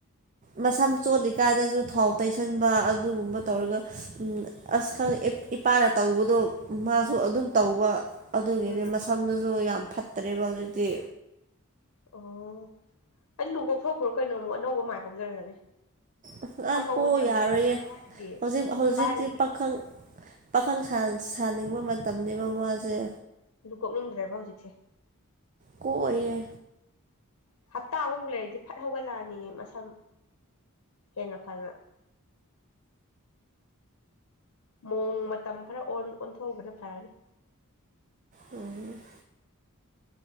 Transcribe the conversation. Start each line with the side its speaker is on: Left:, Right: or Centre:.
Right: ꯃꯁꯝ ꯆꯣꯠꯂꯤꯀꯥꯟꯗꯁꯨ ꯊꯥꯎ ꯇꯩꯁꯟꯕ ꯑꯗꯨꯒꯨꯝꯕ
Left: ꯎꯝ
Right: ꯇꯧꯔꯒ ꯑꯁ ꯈꯪ ꯏꯄꯥꯅ ꯇꯧꯕꯗꯣ ꯃꯥꯁꯨ ꯑꯗꯨꯝ ꯇꯧꯕ ꯑꯗꯨꯒꯤꯅꯦ
Left: ꯎꯝ
Right: ꯃꯁꯝꯗꯨꯁꯨ ꯌꯥꯝ ꯐꯠꯇ꯭ꯔꯦꯕ ꯍꯧꯖꯤꯛꯇꯤ
Left: ꯑꯣ ꯑꯩ ꯂꯨꯕꯣꯛ ꯁꯣꯛꯈ꯭ꯔꯣ ꯀꯩꯅꯣ ꯑꯃꯨꯛ ꯑꯅꯧꯕ ꯃꯥꯏ ꯍꯧꯖꯔꯒꯅꯤ
Right: ꯑꯁ
Left: ꯁꯝ ꯍꯧꯕꯁꯦ
Right: ꯀꯣꯛ
Left: ꯌꯥꯝ
Right: ꯌꯥꯔꯣꯏꯌꯦ
Left: ꯀꯨꯏꯗꯕꯅꯦ ꯃꯣꯏꯒꯤꯗꯤ
Right: ꯍꯧꯖꯤꯛ
Left: ꯅꯨꯄꯥꯒꯤꯗꯤ
Right: ꯍꯧꯖꯤꯛꯇꯤ ꯄꯥꯈꯪ ꯄꯥꯈꯪ ꯁꯥꯅꯤꯡꯕ ꯃꯇꯝꯅꯤꯕ ꯃꯥꯁꯦ
Left: ꯑꯗꯨ ꯀꯣꯛꯅꯤꯡꯗ꯭ꯔꯦꯕ ꯍꯧꯖꯤꯛꯁꯦ
Right: ꯀꯣꯛ ꯑꯣꯏꯑꯦ
Left: ꯍꯞꯇꯥ ꯑꯃꯃꯨꯛ ꯂꯩꯔꯗꯤ ꯐꯠ ꯍꯧꯒꯠꯂꯛꯑꯅꯤ ꯃꯁꯝ ꯍꯦꯟꯅ ꯐꯅ ꯃꯣꯡ ꯃꯇꯝ ꯈꯔ ꯑꯣꯟꯊꯣꯛꯎꯕꯅ ꯐꯔꯅꯤ
Right: ꯎꯝ